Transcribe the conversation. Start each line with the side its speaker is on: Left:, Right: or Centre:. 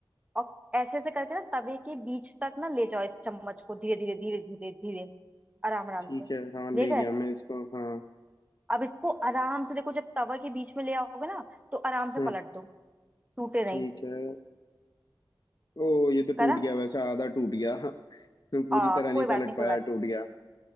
Right: और ऐसे ऐसे करके ना तवे के बीच तक ना ले जाओ इस चम्मच को धीरे धीरे धीरे धीरे धीरे आराम आराम
Left: ठीक
Right: से
Left: है हाँ ले
Right: ले गए
Left: गया मैं इसको हाँ
Right: अब इसको आराम से देखो जब तवा के बीच में ले आओगे ना तो आराम से
Left: हाँ
Right: पलट दो टूटे नहीं
Left: ठीक है ओ ये तो
Right: करा
Left: टूट गया वैसा आधा टूट गया मैं पूरी
Right: आ,
Left: तरह नहीं
Right: कोई बात
Left: पलट
Right: नहीं
Left: पाया
Right: कोई बात नहीं
Left: टूट गया